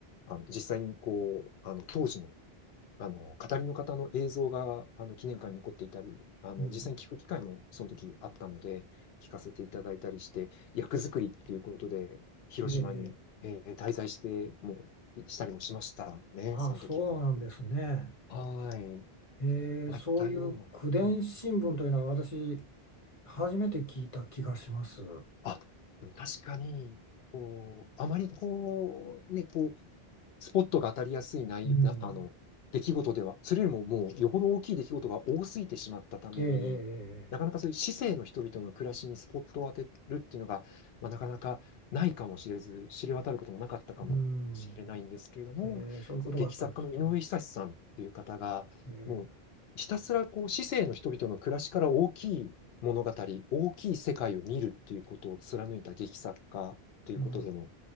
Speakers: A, on the left (about 75°); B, on the left (about 35°).
A: あの、実際にこう、あの、当時のあの、語りの方の映像が、あの、記念館に残っていたり、あの、
B: うん。
A: 実際に聞く機会もその時あったので、聞かせていただいたりして、役作りっていうことで、広島に、
B: ええ、ええ
A: えー滞在して、もう、いしたりもしましたね、
B: ああ、
A: その時は。
B: そうなんですね。
A: はーい。
B: えーそういう口伝新聞というのは私
A: まあ、いったような。うん。
B: 初めて聞いた気がします。
A: あ、でも確かに、こう、あまりこう、ね、こう、スポットが当たりやすいないな、
B: うん。
A: あの、出来事では、それよりももうよほど大きい出来事が多すぎてしまったために、
B: えええええ
A: なかなかそういう市政の人々の暮らしにスポットを当てるっていうのが、まあ、なかなかないかもしれず、知れ渡ることもなかったかもしれないんですけれども、
B: えうん。ええええそういうことがあったんですね。
A: その劇作家の井上久志さんという方が、
B: ええ
A: もうひたすらこう市政の人々の暮らしから大きい物語、大きい世界を見るっていうことを貫いた劇作家ということでも
B: うん。